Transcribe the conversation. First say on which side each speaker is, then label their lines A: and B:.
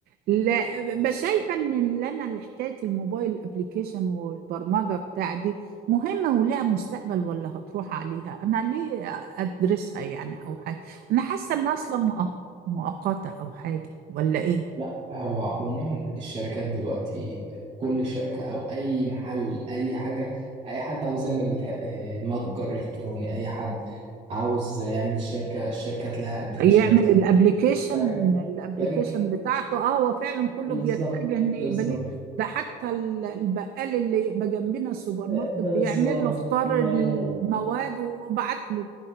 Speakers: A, on the right; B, on the right.
A: لا بس شايفه ان اللي انا اللي حكايه الموبايل ابلكيشن والبرمجه بتاع دي مهمه ولها مستقبل ولا هتروح عليها انا ليه ادرسها يعني او حاجه انا حاسه انها اصلا مؤ- مؤقته او حاجه ولا ايه
B: لا هو عموما الشركات دلوقتي كل شركة أو أي محل أي حاجة أي حد عاوز يعمل ح- آه، متجر إلكتروني أي حد عاوز يعمل شركة الشركات لها أبليكيشنات
A: يعمل
B: كتير
A: الابليكيشن
B: بنك
A: الابليكيشن
B: بنك
A: بتاعته اه هو فعلا كله
B: بالظبط
A: بيتجه ان
B: بالظبط
A: يقبليه ده حتى ال- البقال اللي يبقى جنبنا السوبر ماركت
B: آه، بالظبط
A: بيعمل له اختار
B: الله
A: المواد
B: ينور
A: وبعت له